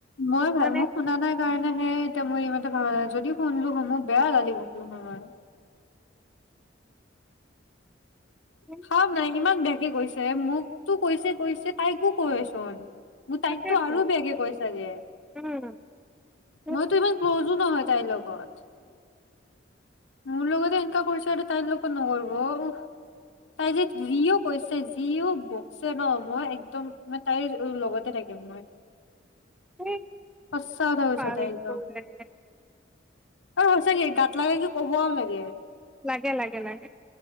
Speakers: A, on the left (about 85°); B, in the centre.
A: মই ভ
B: মানে
A: মোক শুনা নাই কাৰণে হে এতিয়া মই ই মতে ভবা নাই যদিও শুনলো হয় মো‌ বেয়া গালি বকলো হয় আৰু
B: উম
A: খাম নাই ইমান বেয়া কি কৈছে মোক তো কৈছে কৈছে তাইকো কৈচোন মোক তাইকতো
B: তাকেতো
A: আৰু বেয়াকে কৈ ছাগে
B: উম উম
A: মইতো ইমান ক্ল'জো নহয় তাইৰ লগত লগত মোৰ লগতে এনেকা কৰিছে আৰু তাইৰ লগত নকৰিব উফ তাই যে যিও কৈছে যিও বকিছে ন মই একদম মে তাইৰ লগতে থাকিম মই
B: উম
A: সঁচা কথা কৈছে
B: ভাল
A: তাই একদম
B: কৰে
A: অ হৈছে কি গাত লাগা কি ক'বও লাগে
B: লাগে লাগে লাগে